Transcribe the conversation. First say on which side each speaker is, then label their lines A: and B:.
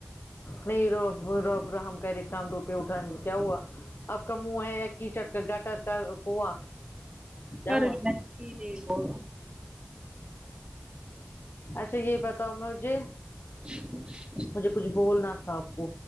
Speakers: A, on the left (about 65°); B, on the right (about 20°).
A: نہیں روب رب رحم کرے کام توپہ اٹھانے کیا ہوا اب کا منہ ہے یا کیچڑ کا گٹر کا کنواں کیا
B: چارج
A: ہوا
B: میں سیدھے وہ
A: اچھا یہ بتاؤ مجھے
B: چو چو
A: مجھے کچھ بولنا تھا اپ کو